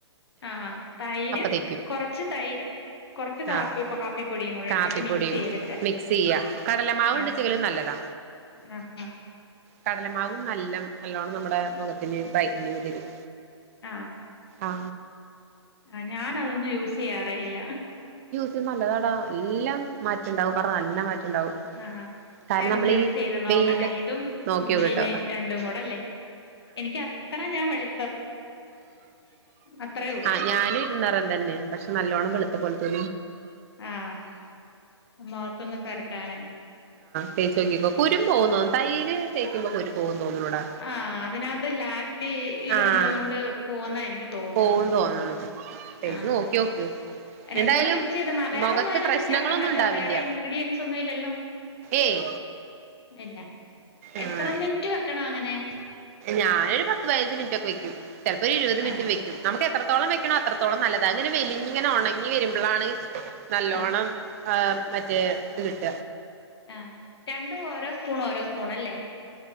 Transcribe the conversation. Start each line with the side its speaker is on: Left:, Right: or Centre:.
Left: ആ തൈര്
Right: തേക്കും
Left: കൊറച്ച് തൈരും കൊറച്ച് കാപ്പി
Right: ആഹ്
Left: കാപ്പിപ്പൊടിയും കൂടെ
Right: കാപ്പിപ്പൊടിയും
Left: എടുത്തിട്ട് മിക്സ് ചെയ്ത്ട്ട്
Right: മിക്സ് ചെയ്യാ കടലമാവ്
Left: ആ
Right: ഉണ്ടെച്ചെങ്കിലും നല്ലതാ
Left: ആ ആ
Right: കടലമാവും നല്ലം നല്ലോണം നമ്മടെ മുഖത്തിന് ബ്റൈറ്റനിങ് ത
Left: ആ
Right: ആ
Left: ആ ഞാനതൊന്നും യൂസെയ്യാറേയില്ല
Right: ത് നല്ലതാടാ ല്ലാം മാറ്റണ്ടാവും പറഞ്ഞാ നല്ല മാറ്റണ്ടാവും
Left: ആഹ്
Right: കാരണം
Left: ഞാനൊന്ന്
Right: നമ്മളീ
Left: യൂസ് ചെയ്തു നോക്കട്ടെ
Right: വെയില്
Left: ഇതും
Right: നോക്കിയോക്ക്ട്ടോ
Left: പിന്നെ രണ്ടും കൂടെ അല്ലേ എനിക്ക് അത്ര അതിന് ഞാൻ വെള് അത്രേ ഉള്ളൂ
Right: ആ ഞാനിര്ന്നറന്തന്നെ പശെ നല്ലോണം വെളുത്ത പോൽതോ
Left: ആ മൊകതൊന്ന് പെരട്ടാന്
Right: തേചോകികോ കുരും പോവും തോന്ന്നു തൈര് തേകുംബം കുരു പോവും തോന്നുണുടാ
Left: ആ അതിനാത് ലാറ്റി ഇത്ള്ളോണ്ട്
Right: ആഹ്
Left: പോവുന്നാ എനിക്ക് തോന്ന്ണത്
Right: പോവും തോന്ന്ണു തേച്ച്
Left: ആഹ്
Right: നോക്കിയോക്ക്
Left: രണ്ടടൂടെ
Right: എന്തായാലും
Left: മിക്സെയ്താ മാ വേറൊന്നും
Right: മൊഖത്ത്
Left: അതിനാത്
Right: പ്രശ്നങ്ങളൊന്നും
Left: ചേർക്കണ്ടല്ലോ
Right: ഉണ്ടാവില്ല
Left: വേറെ ഇംഗ്റീടിയൻസൊന്നും ഇല്ലല്ലോ
Right: ഏയ്
Left: ഇല്ല
Right: ആഹ്
Left: എത്ര മിന് റ്റ് വെക്കണം അങ്ങനെ
Right: ഞാനൊരു പത്ത് പതിനഞ്ച് മിനിറ്റൊകെ വെക്യും ചെലപം ഒരു ഇരുപത് മിനിറ്റ്
Left: ആഹ്
Right: വെക്യും ഞമ്മെകെത്റ തോളം വെക്കണോ അത്രത്തോളം നല്ലത് അതങ്ങനെ വലിങ്ങനെ ഒണ ങ്ങി വരുമ്പളാണ് നല്ലോണം
Left: ആഹ്
Right: ആഹ് മറ്റേ ത് കിട്ട
Left: ആ രണ്ടും ഓരോ സ്പൂൺ ഓരോസ്പൂണല്ലേ